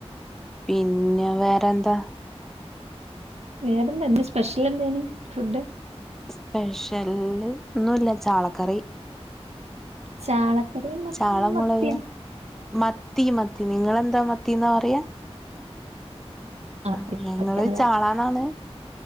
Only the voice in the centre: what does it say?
പിന്നെ, വേറെന്താ
സ്പെഷ്യലൊന്നുമില്ല, ചാളക്കറി.
ചാള മുളക്
മത്തി, മത്തി നിങ്ങളെന്താ, മത്തീന്നാ, പറയുക
ആ, ഞങ്ങളു
ചാളാന്നാണ്